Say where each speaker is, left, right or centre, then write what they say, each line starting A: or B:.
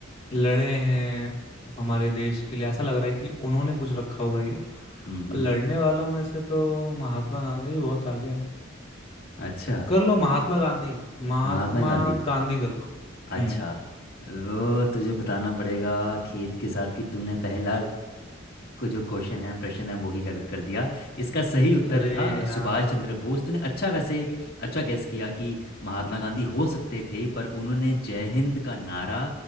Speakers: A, on the left; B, on the left.
A: लड़े हैं हमारे देश के लिए ऐसा लग रहा है कि उन्होंने कुछ रखा होगा ये
B: हम्म
A: और लड़ने वालों में से तो महात्मा गांधी बहुत आगे है
B: अच्छा
A: कर लो महात्मा गांधी महात्मा
B: महात्मा गांधी
A: गांधी कर लो
B: अच्छा
A: हम्म
B: वो तुझे बताना पड़ेगा खेद के साथ कि तूने पहला को जो क्वेश्चन है प्रश्न है वो ही गलत कर दिया इसका सही उत्तर
A: अरे
B: था
A: यार
B: सुभाष चंद्र बोस तूने अच्छा वैसे अच्छा गैस किया कि महात्मा गांधी हो सकते थे पर उन्होंने जय हिंद का नारा